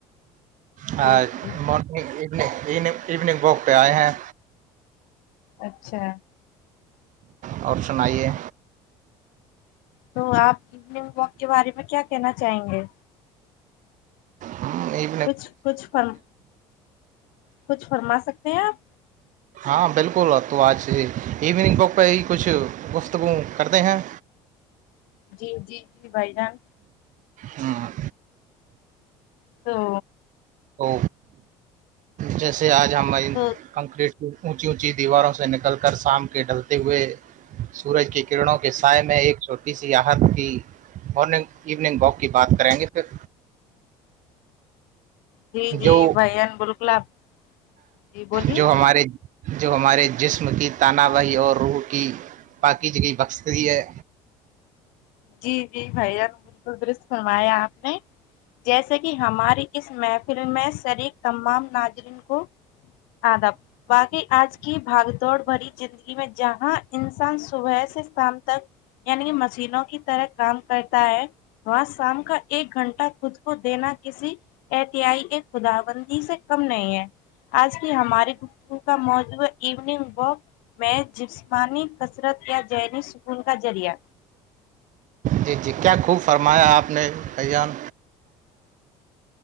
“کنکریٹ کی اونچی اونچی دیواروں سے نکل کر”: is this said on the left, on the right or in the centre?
Right